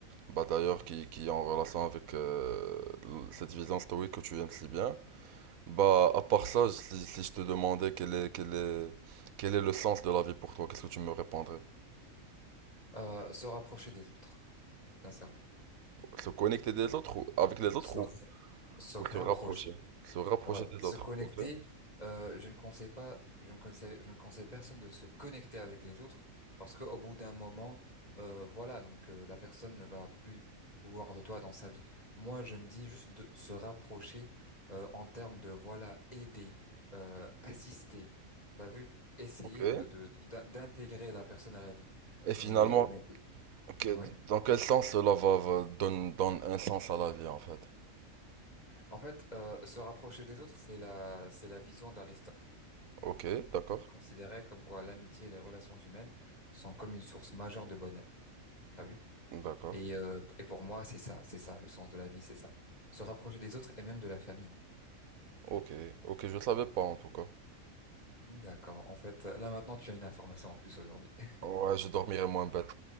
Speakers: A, on the right; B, on the left.
A: bah, d'ailleurs, qui, qui est en relation avec euh, l- cette vision stoïque que tu aimes si bien. Bah, à part ça, si, si je te demandais quel est, quel est, quel est le sens de la vie pour toi, qu'est-ce que tu me répondrais?
B: Euh, se rapprocher des autres, sincèrement.
A: Se connecter des autres ou avec les autres
B: Se,
A: ou,
B: se rapprocher.
A: ou se rapprocher? Se rapprocher
B: Ouais,
A: des
B: se
A: autres,
B: connecter,
A: ok,
B: euh, je ne conseille pas, je ne conseille, je ne conseille personne de se connecter avec les autres parce qu'au bout d'un moment, euh, voilà, donc euh, la personne ne va plus vouloir de toi dans sa vie. Moi, je me dis juste de se rapprocher euh, en termes de voilà, aider, euh, assister, t'as vu, essayer
A: ok.
B: de, de, d'in- d'intégrer la personne à la vie.
A: Et finalement,
B: Mais, mais
A: que-
B: oui,
A: dans quel sens cela va, va- donne, donne un sens à la vie, en fait?
B: en fait, euh, se rapprocher des autres, c'est la, c'est la vision d'Aristote.
A: Ok, d'accord,
B: Il considérait comme quoi l'amitié et les relations humaines sont comme une source majeure de bonheur. T'as vu?
A: d'accord.
B: Et, euh, et pour moi, c'est ça, c'est ça, le sens de la vie, c'est ça. Se rapprocher des autres et même de la famille.
A: Ok, ok, je le savais pas en tout cas.
B: Hmm, D'accord. En fait, là maintenant, tu as une information en plus aujourd'hui. <laughs>
A: Ouais, je dormirai moins bête.